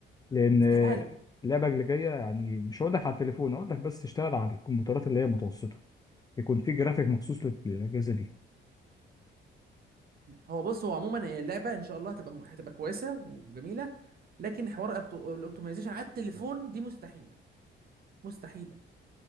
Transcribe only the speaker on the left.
لان
اللعبه اللي جايه يعني مش هقول لك على التليفون هقول لك بس تشتغل على الكمبيوترات اللي هي متوسطه يكون في جرافيك مخصوص للاجهزه دي